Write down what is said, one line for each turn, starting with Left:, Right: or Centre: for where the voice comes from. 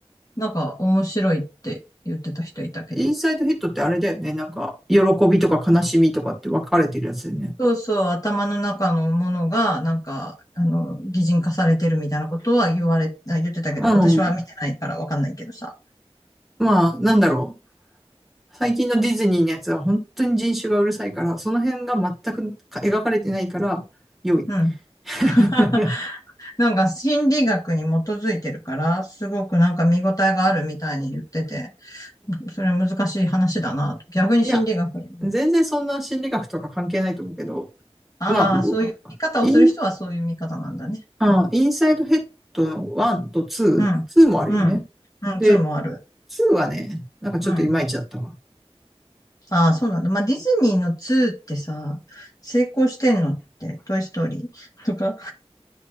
Left: なんか面白いって言ってた人いたけど。
Centre: インサイドヒットってあれだよね。なんか、喜びとか悲しみとかって分かれてるやつだよね。
Left: そうそう、頭の中のものが、なんか、あの、擬人化されてるみたいなことは言われ、あ言ってたけど、
Centre: うん。
Left: 私は見てないからわかんないけどさ。
Centre: まあ、なんだろう。最近のディズニーのやつは本当に人種がうるさいから、その辺が全く描かれてないから、良い。
Left: うん。<laughs>
Centre: <laughs>
Left: なんか心理学に基づいてるから、すごくなんか見応えがあるみたいに言ってて、それは難しい話だな。逆に心理学に。
Centre: いや、全然そんな心理学とか関係ないと思うけど、
Left: ああ、
Centre: まあ、
Left: そういう見方をする人はそういう見方なんだね。
Centre: イン、あ、
Left: うん。
Centre: インサイドヘッドの1と2、
Left: うん。
Centre: ツーもあるよね。
Left: うん。うん。
Centre: で、
Left: そうもある。
Centre: 2はね、なんかちょっといまいちだったわ。
Left: うん。ああ、そうなんだ。まあ、ディズニーの2ってさ、成功してんのって、トイストーリーとか。